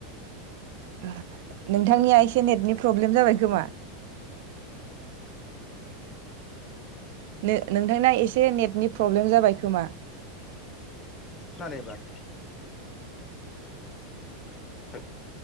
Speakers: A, on the right; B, on the left.
A: <unintelligible> नोंथांनिया एसे नेटनि प्रब्लेम जाबाय खोमा नों नोंथांना एसे नेटनि प्रब्लेम जाबाय खोमा?
B: खोनादों एबार औ